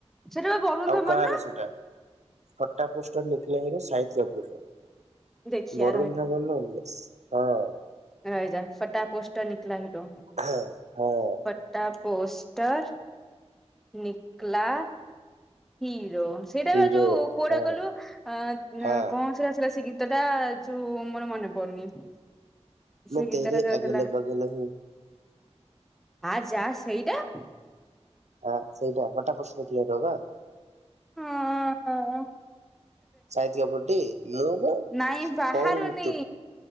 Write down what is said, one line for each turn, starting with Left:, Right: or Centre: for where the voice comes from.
Centre: ସେଟା ବା ବରୁଣ
Right: ଆଉ
Centre: ଧବନ
Right: କାହାର
Centre: ନା
Right: ସେଇଟା ଫଟା ପୋଷ୍ଟର ନୀକିଲା ହିରୋ ସାହିଦ କପୁରର।
Centre: ଦେଖିଆ
Right: ବରୁନ ଧାବନ୍ ର <unintelligible> ହଁ।
Centre: ରହି ଯା ଫଟା ପୋଷ୍ଟର ନିକଲା ହିରୋ
Right: ହଁ ହଁ
Centre: ଫ ଟା ପୋଷ୍ଟର ନିକଲା ହିରୋ ସେଇଟା
Right: ହିରୋ
Centre: ବା ଯୋଉ କୋଉଟା
Right: ହଁ
Centre: କଇଲୁ ଅଁଉଁ
Right: ହଁ
Centre: କଣ ସେଇଟା ସେଇଟା ସେ ଗୀ ତଟା ଯୋଉ ମୋର ମନେ ପଡୁନି।
Right: ମୁଁ
Centre: ସେ ଗୀତଟା
Right: ତେରେ
Centre: ଦୋଉଥିଲା
Right: ଅଗଲେ ବଗଲେ ହୁଁ
Centre: ଆ ଯା ସେଇଟା।
Right: ହଁ ସେଇଟା ଫଟା ପୋଷ୍ଟର ନିକଲା <unintelligible>
Centre: ହଁଅଁ।
Right: ସାହିତ କାପୁରଟି ନୁବ
Centre: ନାଇଁ ବାହାରୁନି
Right: ପଉନ ମିଟୁ